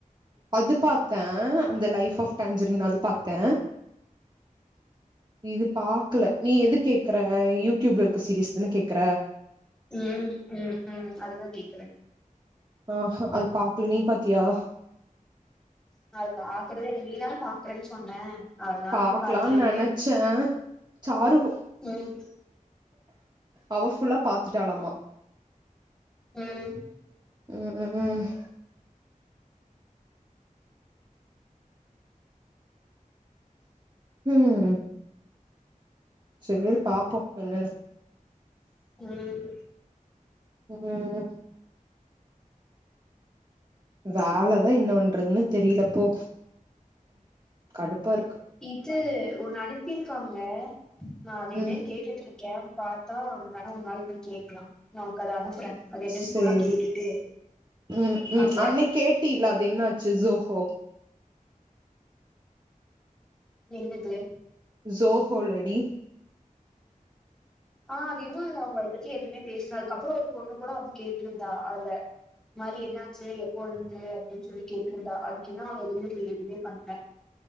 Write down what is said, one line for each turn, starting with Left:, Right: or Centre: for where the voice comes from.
Right: அது பாத்தே அந்த லைஃப் ஆஃப் டேஞ்சரின் அது பாத்தே இது பாக்ல நீ எது கேக்ற யூடியூப்ல இருக்க சீரிஸ் தான கேக்ற
Centre: ம் ம் ம் அதுதா கேக்குறே
Right: ஆ ஹா அது பாக்ல நீ பாத்தியா
Centre: நா அது பாக்குறதே இல்ல நீ தானே பாக்றேன் சொன்ன அதனால
Right: பாக்லான்
Centre: பாத்தியான்னு
Right: நெனச்சே
Centre: கேட்டே
Right: சாருவு
Centre: ம்
Right: அவ ஃபுல்லா பாத்துட்டாலாமா
Centre: ம்
Right: ம் ம் சேரி பாப்போ என்னன்னு
Centre: ம்
Right: ம் வேலதா என்ன பண்றதுன்னே தெரில்ல போ கடுப்பாருக்கு
Centre: இது ஒண்ணு அனுப்பிருக்காங்க நா அது
Right: ம்
Centre: என்னன் கேட்டுட்ருக்கே பாத்தா நம்ப வேணா ஒர் நாள்க்கு வந்து கேக்லா நா ஒன்க்கு அத அனுப்புறே அது என்னன்
Right: சேரி
Centre: ஃபுல்லா கேட்டுட்டு
Right: ம் ம்
Centre: அங்க
Right: அன்னைக் கேட்டீல அது என்னாச்சு ஜோ ஹோ
Centre: என்னது
Right: ஜோ ஹோ லடி
Centre: ஆ அது இன்னு அது அவுங்க அத பத்தி எதுமே பேசல அதுக்கப்றோ ஒரு பொண்ணு கூட வந்து கேட்ருந்தா அதுல இது மாரி என்னாச்சு எப்போழுந்து அப்டின் சொல்லி கேட்ருந்தா அதுக்கு இன்னோ அவ எதுமே இதுவே பண்ல